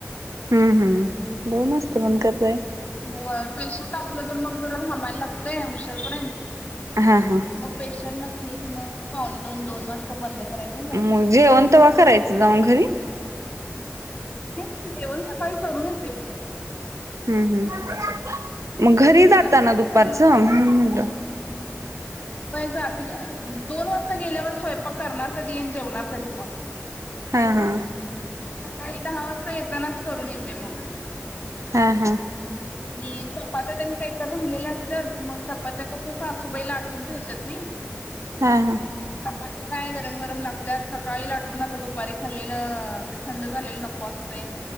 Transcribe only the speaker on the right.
हम् हम् दोन असत पण क ते
हा हा
मग जेवणं तवा करायचं जाऊन घरी
हम् हम् मग घरी
जाताना
दुपारचं म्हणून म्हटलं
हा हा
हा हा
हा हा